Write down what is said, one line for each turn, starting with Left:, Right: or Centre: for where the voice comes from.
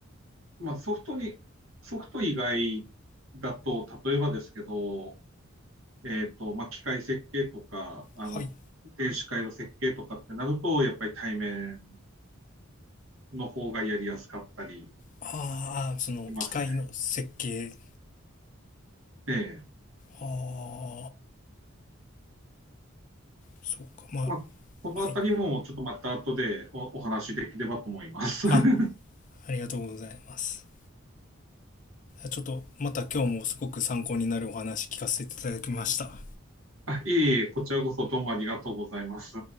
Right: まあ、ソフトに、ソフト以外だと、例えばですけど、えっと、まあ、機械設計とか、あの、
Left: はい
Right: 電子回路設計とかってなると、やっぱり対面の方がやりやすかったり
Left: ああその機械の設計
Right: しますね。ええ
Left: ああそうかま
Right: まあ、このあたりもちょっとまた後でおお話しできればと思います。
Left: あはいあ
Right: <laughs>
Left: ありがとうございますちょっとまた今日もすごく参考になるお話聞かせていただきました。
Right: あいえいえ、こちらこそどうもありがとうございます。